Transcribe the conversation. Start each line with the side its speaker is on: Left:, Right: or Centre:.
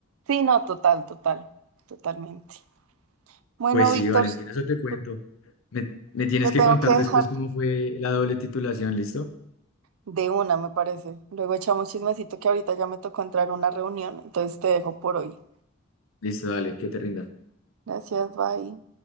Right: Sí, no, total, total, totalmente. Bueno,
Left: Pues
Right: Víctor,
Left: sí, Valentina, eso te cuento.
Right: te,
Left: Me, me tienes
Right: te
Left: que
Right: tengo
Left: contar
Right: que
Left: después
Right: dejar
Left: cómo fue la doble titulación, ¿listo?
Right: de una, me parece. Luego echamos chismecito que ahorita ya me tocó entrar a una reunión, entonces te dejo por hoy.
Left: Listo, dale, que te rinda.
Right: Gracias, bye.